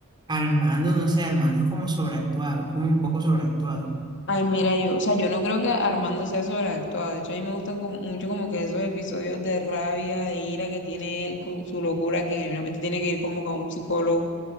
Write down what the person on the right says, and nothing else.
Armando, no sé, Armando es como sobreactuado, como un poco sobreactuado.